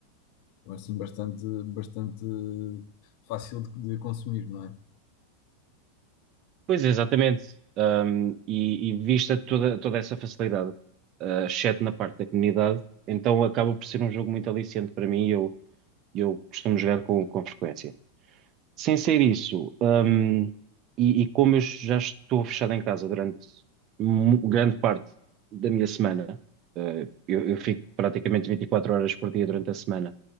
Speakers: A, on the left; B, on the right.
A: Então, é, assim, bastante, bastante fácil de, de consumir, não é?
B: Pois, é, exatamente. Hum, e, e vista toda, toda essa facilidade, eh, exceto na parte da comunidade, então acaba por ser um jogo muito aliciante para mim. Eu, e eu costumo jogar com, com frequência. Sem ser isso, hum, e, e como eu já estou fechado em casa durante mu- grande parte da minha semana, eh, eu, eu fico praticamente 24 horas por dia durante a semana,